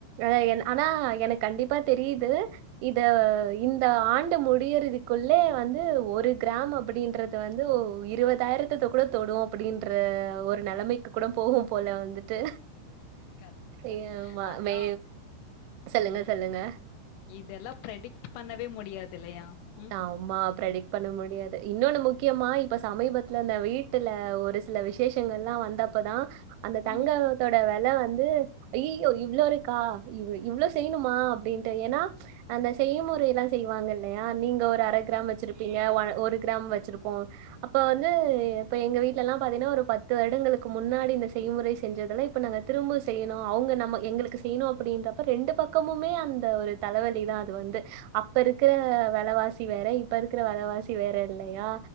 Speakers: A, on the right (about 80°); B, on the left (about 85°).
A: அ ஆனா எனக்கு கண்டிப்பா தெரியுது இத இந்த ஆண்டு முடியறதுக்குள்ளே வந்து ஒரு கிராம் அப்படின்றது வந்து ஒ இருவதாயிரத்ததோ க்குட தொடு அப்புடின்ற ஒரு நெலமைக்கு குட போகும் போல வந்துட்டு
B: கரெக்ட், கரெக்ட்.
A: ஏ மா
B: அதான்.
A: மே சொல்லுங்க சொல்லுங்க
B: இதெல்லா பெரிடிக்ட் பண்ணவே முடியாது இல்லையா ம்
A: ஆமா ப்ரெடிக்ட் பண்ண முடியாது இன்னொன்னு முக்கியமா இப்ப சமீபத்துல இந்த வீட்டுல ஒரு சில விசேஷங்கள்லா வந்தப்பதா அந்த தங்கத்தோட
B: ம்ஹ்ம்.
A: வெல வந் வந்து அய்யியோ இவ்ளோ இருக்கா இவ் இவ்ளோ செய்யணுமா அப்டின்ட்டு ஏன்னா அந்த செய்முறைலா செய்வாங்க இல்லையா நீங்க ஒரு அர கிராம் வச்சிருப்பீங்க ஒன் ஒரு கிராம் வச்சிருப்போ அப்ப வந்து இப்ப எங்க வீட்லல்லா பாத்தின்னா ஒரு பத்து வருடங்களுக்கு முன்னாடி இந்த செய்முறை செஞ்சதெல்லா இப்ப நாங்க திரும்ப செய்ணு அவங்க நம்ம எங்களுக்கு செய்ணு அப்டின்றப்ப ரெண்டு பக்கமுமே அந்த ஒரு தலவ லி தா அது வந்து அப்ப இருக்கிற வெலவாசி வேற இப்ப இருக்கிற வெலவாசி வேற இல்லையா